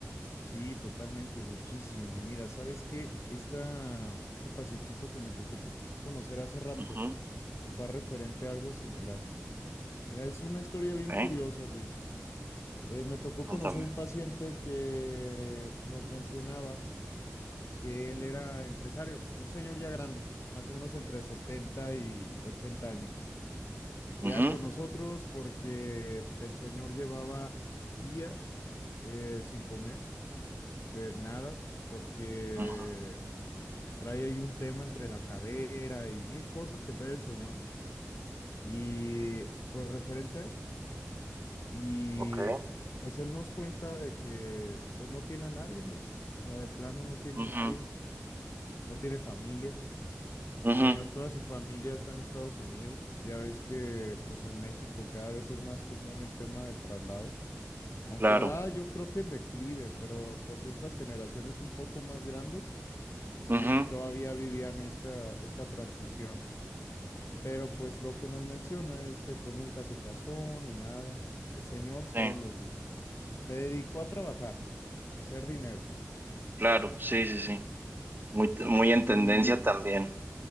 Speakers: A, on the left; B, on the right.
A: Sí, totalmente, muchísimo. Y mira, ¿sabes qué? Esta, este pacientito que me tocó pro- conocer hace rato
B: Ujú.
A: va referente a algo similar. Mira, es una historia bien
B: Ok,
A: curiosa, Luis. Eh, me tocó
B: Cuéntame.
A: conocer un paciente que nos mencionaba. que él era empresario, un señor ya grande, más o menos entre 70 y 80 años. Ya
B: Ujú.
A: con nosotros porque el señor llevaba días eh, sin comer, de nada, porque
B: Ujú.
A: trae ahí un tema entre la cadera y mil cosas que trae el señor. Y pues referente a esto. Y
B: Ok.
A: pues él nos cuenta de que pues no tiene a nadie, Luis. O sea, de plano no tiene
B: Ujú.
A: a nadie, no tiene familia. El
B: Ujú,
A: señor, toda su familia está en Estados Unidos. Ya ves que pues en México cada vez es más común el tema del traslado, aunque
B: claro.
A: va yo creo que en declive, pero pues estas generaciones un poco más grandes sí
B: Ujú,
A: todavía vivían esta, esta transición. Pero pues lo que nos menciona es que pues nunca se casó ni nada. El señor solo,
B: sí,
A: Luis. Se dedicó a trabajar, a hacer dinero.
B: claro. Sí, sí, sí. Muy, t- muy en
A: Y
B: tendencia también.